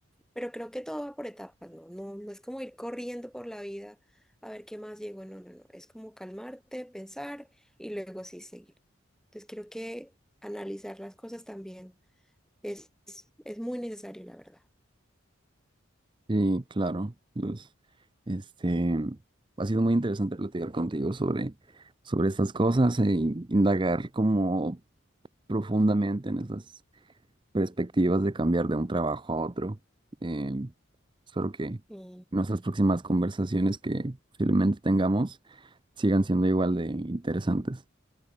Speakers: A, in the centre; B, on the right.
A: Pero creo que todo va por etapas, ¿no? No, no es como ir corriendo por la vida a ver qué más llego, no, no, no, es como calmarte, pensar y luego sí seguir. Entonces creo que analizar las cosas también es, es es muy necesario, la verdad.
B: Sí, claro. Luz. este, ha sido muy interesante platicar contigo sobre, sobre estas cosas e indagar como profundamente en esas perspectivas de cambiar de un trabajo a otro. Eh, espero que
A: Y
B: nuestras próximas conversaciones que posiblemente tengamos sigan siendo igual de interesantes.